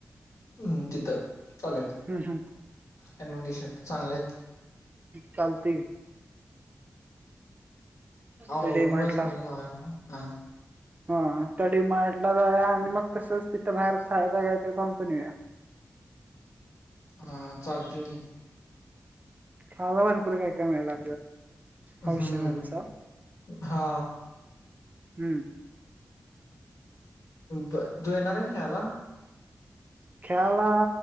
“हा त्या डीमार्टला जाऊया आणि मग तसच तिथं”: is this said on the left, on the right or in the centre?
Right